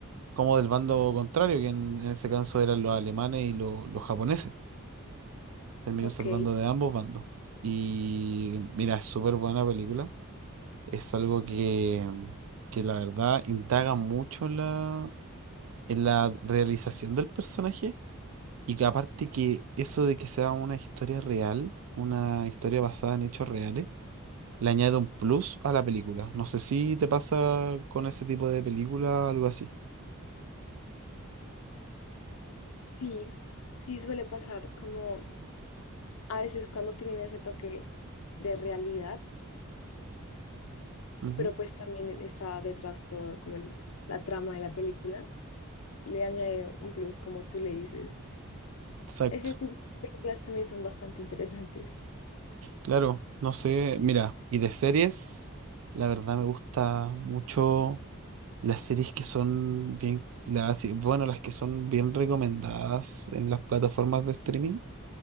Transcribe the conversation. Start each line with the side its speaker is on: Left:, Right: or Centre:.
Right: como del bando contrario, que en, en ese caso eran los alemanes y lo- los japoneses. Terminó
Left: ok,
Right: salvando de ambos bandos. Y mira, es súper buena película. Es algo que, que la verdad indaga mucho en la, en la realización del personaje. Y que aparte que eso de que sea una historia real, una historia basada en hechos reales, le añade un plus a la película. No sé si te pasa con ese tipo de película, algo así.
Left: sí, sí suele pasar como a veces cuando tienen ese toque de realidad,
Right: Ujú,
Left: pero pues también está detrás todo como el- la trama de la película, le añade un plus como tú le dices.
Right: Exacto.
Left: Ese tipo de películas también son bastante interesantes.
Right: Claro, no sé, mira, y de series, la verdad me gusta mucho las series que son bien, las, bueno, las que son bien recomendadas en las plataformas de streaming.